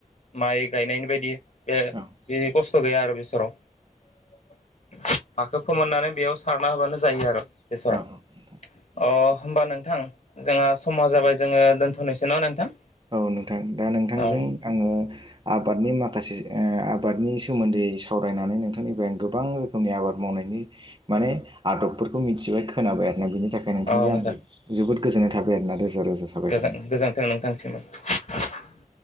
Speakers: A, on the left (about 55°); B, on the right (about 35°).
A: माइ गायनायनि बायदि बे
B: औ औ
A: बि खस्थ' गैया आरो बेसरआव। हाखौ फोमोननानै बेयाव सारना होबानो जायो आरो। बेसरआ।
B: नोंथां
A: अह होमबा नोंथां जोंहा समा जाबाय जोङो दोनथ'नो सै न' नोंथां?
B: औ नोंथां दा नोंथांजों
A: औ
B: आङो आबादनि माखासे ओ आ बादनि सोमोन्दै सावरायनानै नोंथांनिफ्राय गोबां रोखोमनि आबाद मावनायनि माने आदब फोरखौ मिथिबाय खोनाबाय आरो ना बि नि थाखाय नोंथांजों
A: औ
B: आंबो
A: नोंथां
B: जोबोद गोजोननाय थाबाय आरो ना रोजा रोजा साबायखर
A: गोजां
B: नोंथां।
A: <unintelligible>